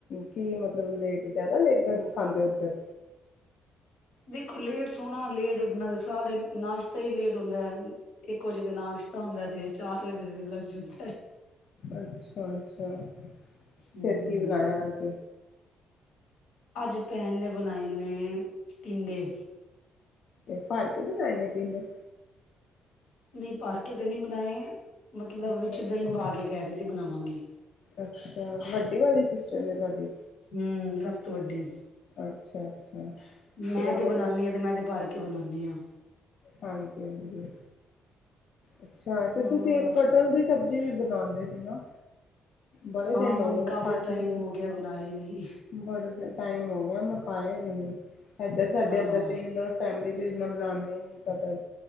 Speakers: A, on the left (about 60°); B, on the left (about 90°).
A: ਕੀ ਮਤਲਬ ਲੇਟ ਜ਼ਿਆਦਾ ਲੇਟ ਖਾਂਦੇ, ਉੱਧਰ?
B: ਦੇਖੋ ਲੇਟ ਸੋਣਾ, ਲੇਟ ਉਠਣਾ ਤੇ ਸਾਰੇ ਨਾਸ਼ਤਾ ਈ ਲੇਟ ਹੁੰਦਾ। ਇੱਕ ਵਜੇ ਤੇ ਨਾਸ਼ਤਾ ਹੁੰਦਾ, ਤੇ ਚਾਰ ਵਜੇ ਤੇ ਲੰਚ ਹੁੰਦੈ।
A: ਅੱਛਾ-ਅੱਛਾ,
B: ਹਮ
A: ਫਿਰ ਕੀ ਬਣਾਇਆ ਅੱਜ?
B: ਅੱਜ ਭੈਨ ਨੇ ਬਣਾਏ ਨੇ, ਟਿੰਡੇ।
A: ਭਰ ਕੇ ਬਣਾਏ ਨੇ ਟਿੰਡੇ?
B: ਨਹੀਂ ਭਰਕੇ ਤੇ ਨਹੀਂ ਬਣਾਏ, ਮਤਲਬ
A: ਅੱਛਾ
B: ਵਿੱਚ ਦਹੀਂ
A: ਹੋਰ
B: ਪਾਕੇ ਕਹਿ ਰਹੀ ਸੀ ਬਣਾਵਾਂਗੀ।
A: ਅੱਛਾ, ਵੱਡੀ ਵਾਲੀ ਸਿਸਟਰਮ ਨੇ ਤੁਹਾਡੀ?
B: ਹੂੰ, ਸਭ ਤੋਂ ਵੱਡੀ,
A: ਅੱਛਾ ਅੱਛਾ
B: ਮੈਂ
A: ਚਲੋ ਵਧੀਆ
B: ਤੇ ਬਣਾਂਨੀ ਆ, ਤੇ ਮੈਂ ਤੇ ਭਰ ਕੇ ਬਣਾਂਨੀ ਆ।
A: ਹਾਂਜੀ-ਹਾਂਜੀ, ਅੱਛਾ ਤੇ
B: ਹੋਰ
A: ਤੁਸੀਂ ਕਟਲ ਦੀ ਸਬਜ਼ੀ ਵੀ ਬਣਾਂਦੇ ਸੀ ਨਾ? ਬੜੇ
B: ਹਾਂ,
A: ਦਿਨ
B: ਹੁਣ
A: ਹੋ ਗਏ
B: ਕਾਫ਼ੀ
A: ਖਾਧੇ
B: ਟਾਈਮ
A: ਨੀ
B: ਹੋਗਿਆ ਬਣਾਏ ਨੀ।
A: ਬੜੇ ਟਾਈਮ ਹੋਗਿਆ ਮਕਾਏ ਵੀ ਨੀ, ਇਧਰ ਸਾਡੇ
B: ਹਾਂ
A: ਇੱਧਰ ਤਿੰਨ ਰੋ ਫੈਮਲੀ'ਚ ਇਨਾ ਬਨਾਂਦੇ ਨੇ, ਕਟਰ,